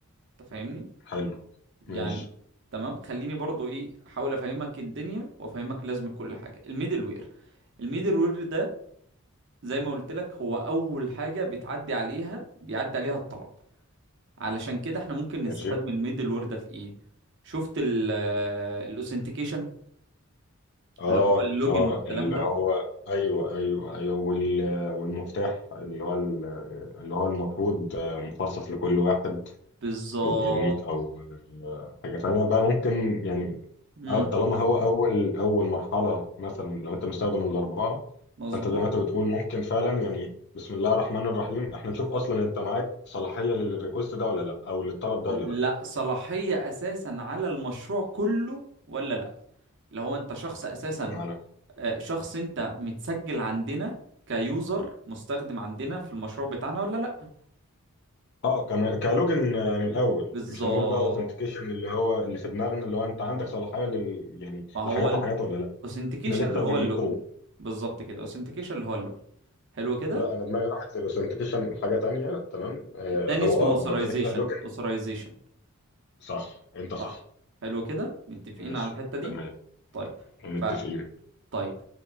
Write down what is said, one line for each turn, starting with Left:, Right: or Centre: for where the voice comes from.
Right: انت فاهمني
Left: حلو
Right: يعني
Left: ماشي
Right: تمام خليني برضو ايه احاول افهمك الدنيا وافهمك لازمة كل حاجة الميدل وير الميدل وير ده زي ما قلت لك هو اول حاجة بتعدي عليها بيعدي عليها الطلب علشان كده احنا ممكن
Left: ماشي
Right: نستفاد من الميدل وير ده في ايه شفت الاوثنتيكيشن
Left: اه
Right: اللي هو اللوجن
Left: اه
Right: والكلام
Left: اللي
Right: ده
Left: هو ايوه ايوه ايوه وال... والمفتاح اللي هو ال... اللي هو المفروض آه، مخصص لكل واحد
Right: بالظبط
Left: بيبقى يونيك او آه، حاجه ثانيه بقى ممكن يعني
Right: امم
Left: أو- طالما هو اول اول مرحله مثلا لو انت مستخدم الاربعه
Right: مظبوط
Left: فانت زي ما انت بتقول ممكن فعلا يعني بسم الله الرحمن الرحيم احنا نشوف اصلا انت معاك صلاحيه للريكوست ده ولا لا او للطلب ده
Right: لا
Left: ولا لا
Right: صلاحية اساسا على المشروع كله ولا لا لو هو انت شخص اساسا
Left: بمعنى
Right: آه، شخص انت متسجل عندنا كيوزر مستخدم عندنا في المشروع بتاعنا ولا لا
Left: اه كمان كلوجن آه، من الاول
Right: بالظبط
Left: مش هنقول بقى اوثنتيكيشن اللي هو اللي في دماغنا اللي هو انت عندك صلاحيه لل يعني
Right: ما هو
Left: لحاجات وحاجات ولا لا
Right: الاوثنتيكيشن
Left: احنا لسه
Right: اللي هو
Left: من
Right: اللوجن
Left: فوق
Right: بالظبط كده اوثنتيكيشن اللي هو اللوجن حلو كده
Left: لا انا دماغي راحت للاوثنتيكيشن حاجه تانية تمام آه
Right: التاني
Left: هو
Right: اسمه
Left: اه
Right: اوثرايزيشن
Left: هو كده كده اللوجن
Right: اوثرايزيشن
Left: صح انت صح
Right: صح حلو كده متفقين
Left: ماشي
Right: على الحتة دي
Left: تمام
Right: طيب
Left: متفقين
Right: ف طيب